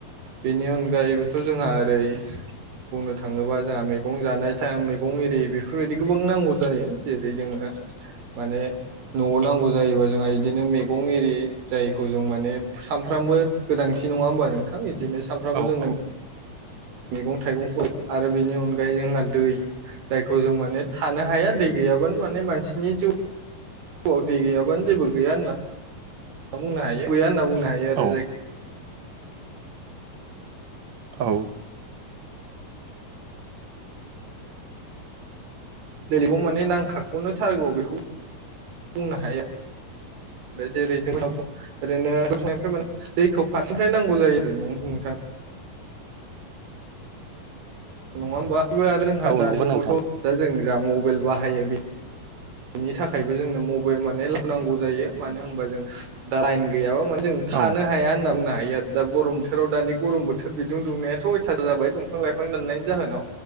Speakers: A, on the right (about 90°); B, on the right (about 60°).
A: बेनि अनगायैबोथ' जोंहा ओरै बुंनो थाङोबा जोंहा मैगं जानाय टाइम मैगं एरि बेफोरबायदि गोबां नांगौ जायो जेरै जोङो माने न'आव नांगौ जायोबा जोंहा इदिनो मैगं एरि जायखौ जों माने सानफ्रामबो गोनांथि नङा होमबा नोंथां बिदिनो सानफ्रामबो
B: औ
A: जोंनो मैगं थाइगंफोर आरो बेनि अनगायै जोंना दै जायखौ जों माने थानो हाया दै गैयाबानो माने मानसिनि जिउ आव दै गैयाबानो जेबो गैया होनना बुंनो हायो गैया होनना बुं नो‌ हायोइ आरो
B: औ
A: जाय
B: औ
A: दैलि लाइबआव माने नांखाखौनोथारगौ बेखौ बुंनो हायो। जेरै जोंन ओरैनो संनायनिफ्राय बे दैखौ फारसेनिफ्राय नांगौ जायो आरो न'आव नोंथां।
B: <inaudible>
A: नङा होनबाबो आरो जोंहा
B: औ
A: दानि
B: नंगौ
A: जुगावथ
B: नोंथां
A: दा जों जा मबाइल बाहायो बे बिनि थाखायबो जोंनो मबाइ माने लुनांगौ जायो मानो होनबा जों दा लाइन गैयाबा माने जों थानो
B: औ
A: हाया होनना बुंनो हायो आरो। दा गरम बोथोराव दानि गरम बोथोर बिदुं दुंनायाथ' अयथासार जाबाय दंफां लाइफां दाननायनि जाहोनाव